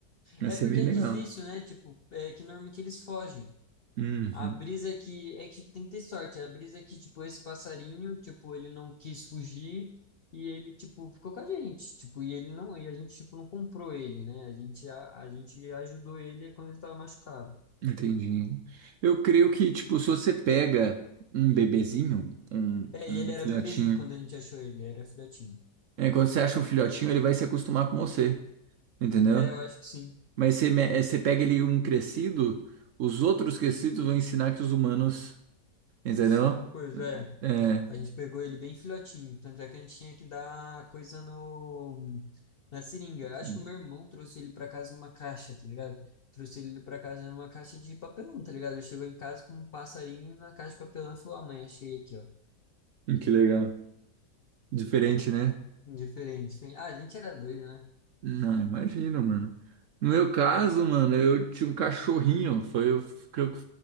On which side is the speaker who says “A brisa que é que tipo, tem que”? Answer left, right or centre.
Left